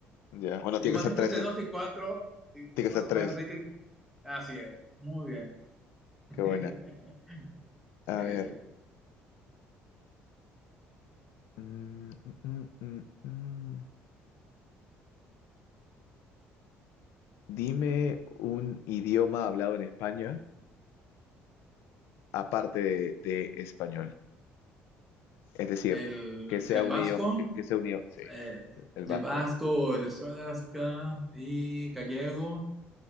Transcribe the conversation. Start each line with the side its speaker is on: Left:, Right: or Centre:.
Left: Ya, bueno,
Centre: Imagínate
Left: tiene que ser tres.
Centre: entre
Left: eh.
Centre: dos y cuatro, y
Left: Tiene
Centre: más
Left: que ser tres.
Centre: o menos ahí tengo. Así es, muy bien. <laughs>
Left: Qué buena.
Centre: Sí,
Left: A ver.
Centre: sí.
Left: Mm, mm, mm, mm. mm. Dime un idioma hablado en España aparte de, de español. Es decir,
Centre: El,
Left: que sea
Centre: el
Left: un
Centre: vasco,
Left: idioma, que, que sea un idioma, sí,
Centre: eh,
Left: el vasco,
Centre: el vasco, el estrasca y gallego,